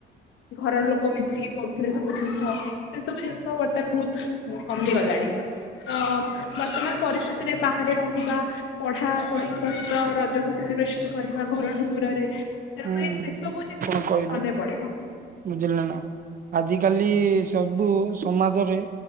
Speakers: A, on the left; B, on the right.
A: ଘରର ଲୋକ ମିଶିକି କରୁଥିଲେ ସବୁ ଜି ସେ ସବୁ ଜିନିଷ ବର୍ତ୍ତମାନ କମି ଗଲାଣି ତ ବର୍ତ୍ତମାନ ପରିସ୍ଥିତିରେ ବାହାରେ ରହିବା ପଢା ପଢି ସହିତ ରଜକୁ ସେଲିବ୍ରେସନ କରିବା ଘରଠୁ ଦୂରରେ ତେଣୁକରି
B: ହୁଁ
A: ସେ ସବୁ ଜିନିଷ
B: କଣ କହିଲି
A: ମନେ ପଡେ।
B: ବୁଝିଲ ନା? ଆଜିକାଲି ସବୁ ସମାଜରେ